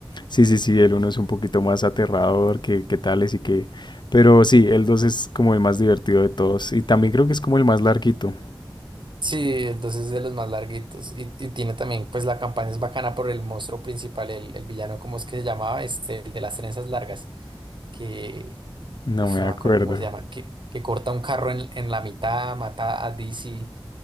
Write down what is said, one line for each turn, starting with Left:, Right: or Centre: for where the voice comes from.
Left: Sí, sí, sí, el uno es un poquito más aterrador que, que tales y que... Pero sí, el 2 es como el más divertido de todos y también creo que es como el más larguito.
Right: Sí, entonces es de los más larguitos. Y, y tiene también, pues la campaña es bacana por el monstruo principal, el, el villano, ¿cómo es que se llamaba? Este, el de las trenzas largas, que,
Left: No
Right: uf,
Left: me
Right: no
Left: acuerdo.
Right: me acuerdo cómo se llama, que, que corta un carro en, en la mitad, mata a Dizzy.